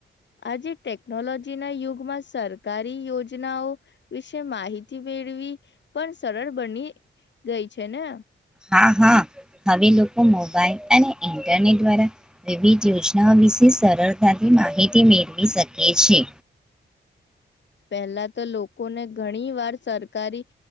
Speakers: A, on the left; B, in the centre.
A: આજે ટેકનોલોજીના યુગમાં સરકારી યોજનાઓ વિશે માહિતી મેળવી પણ સરળ બની ગઈ છે ને!
B: હા હા, હવે લોકો મોબાઈલ અને ઇન્ટરનેટ દ્વારા વિવિધ યોજનાઓ વિશે સરળતાથી માહિતી મેળવી શકે છે.
A: પહેલા તો લોકોને ઘણી વાર સરકારી